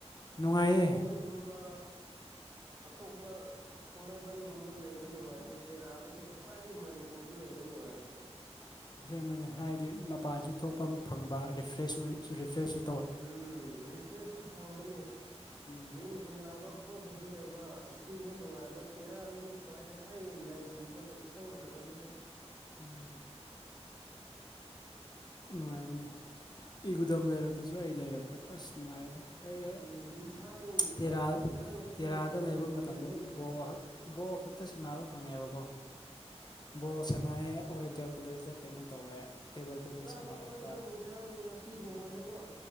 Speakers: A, on the left; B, on the right.
A: ꯅꯨꯡꯉꯥꯏꯌꯦ
B: ꯆꯩꯀꯣꯟꯒꯨꯝꯕ ꯑꯠꯇꯣꯄ ꯊꯥꯡꯃꯩꯕꯟꯒꯨꯝꯕ ꯂꯩꯕ ꯅꯨꯡꯉꯥꯏꯇꯦ ꯇꯦꯔꯥꯗꯨꯅꯦ ꯈ꯭ꯋꯥꯏꯗꯒꯤ ꯃꯅꯤꯄꯨꯔꯗ ꯂꯩꯕ ꯅꯨꯡꯉꯥꯏꯔꯁꯦ
A: ꯑꯁꯦꯡꯕꯅꯤ ꯍꯥꯏꯗꯤ ꯃꯄꯥꯟꯁꯨ ꯊꯣꯛꯐꯝ ꯐꯪꯕ ꯔꯤꯐ꯭ꯔꯦꯁ ꯐ꯭ꯔꯦꯁ
B: ꯎꯝ ꯔꯤꯐ꯭ꯔꯦꯁꯁꯨ ꯐꯪꯕꯅꯤ
A: ꯎꯝ
B: ꯒꯦꯝ ꯁꯥꯟꯅꯕ ꯑꯣꯏꯕꯁꯨ ꯂꯩꯕ ꯏꯁꯤꯡꯁꯨ ꯅꯨꯡꯉꯥꯏꯕ ꯇꯦꯔꯥ ꯑꯗꯨꯅꯤ ꯍꯣꯏꯏꯅꯦ ꯑꯩ ꯂꯩꯂꯒ ꯈꯪꯈ꯭ꯔꯕꯅꯦꯕ
A: ꯎꯝ ꯅꯨꯡꯉꯥꯏꯕꯅꯦ ꯏꯒꯨꯗꯝ ꯂꯩꯔꯛꯇꯁꯨ ꯑꯩ ꯂꯩꯔꯛꯄꯗ ꯑꯁ ꯅꯨꯡꯉꯥꯏꯗ ꯑꯩ
B: ꯎꯝ ꯑꯦꯟꯁꯥꯡ
A: ꯇꯦꯔꯥ
B: ꯎ ꯑꯦꯟꯁꯥꯡ ꯅꯥꯄꯤꯒꯨꯝꯕ
A: ꯇꯦꯔꯥꯗ ꯂꯩꯕ
B: ꯌꯣꯟꯕꯁꯨ
A: ꯃꯇꯝꯗꯗꯤ ꯕꯣꯜ ꯕꯣꯜ ꯈꯛꯇ ꯁꯥꯟꯅꯕ ꯐꯪꯉꯦꯕꯀꯣ ꯕꯣ ꯁꯅꯥꯑ ꯑꯣꯔꯌꯦꯟꯇꯦꯜ ꯀꯣꯂꯦꯖꯇ ꯀꯩꯅꯣ ꯇꯧꯋꯦ ꯇꯦꯕꯜ ꯇꯦꯅꯤꯁ
B: ꯆꯥꯕ
A: ꯁꯥꯟꯅꯔꯛꯄ
B: ꯈꯣꯠꯄ ꯏꯟꯁꯥꯡ ꯅꯥꯄꯤꯒꯨꯝꯕꯁꯨ ꯀꯣ